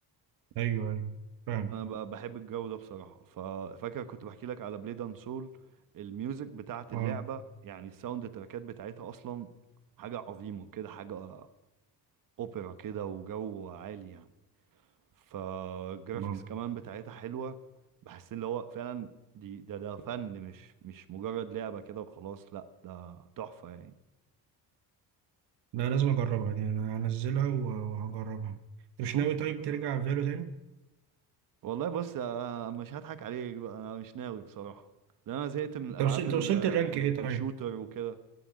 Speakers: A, on the right; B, on the right.
A: ايوه ايوه فاهم
B: انا ب- بحب الجو ده بصراحه ففاكر كنت بحكي لك على بليد اند سول الميوزك بتاعه اللعبه
A: اه
B: يعني الساوند تراكات بتاعتها اصلا حاجه عظيمه كده حاجه اوبرا كده وجو عالي يعني فالجرافيكس
A: آه.
B: كمان بتاعتها حلوه بحس ان هو فعلا دي ده ده فن مش مش مجرد لعبه كده وخلاص لا ده تحفه يعني
A: لا لازم اجربها يعني انا هنزلها و- وهجربها انت مش
B: شوف
A: ناوي طيب
B: آه،
A: ترجع فالو تاني
B: والله بص آه، آه، مش هضحك عليك بقى انا مش ناوي بصراحة لان انا زهقت من الالعاب
A: انت وصلت انت
B: ال-
A: وصلت الرانك
B: ال-
A: ايه طيب
B: الشوتر وكده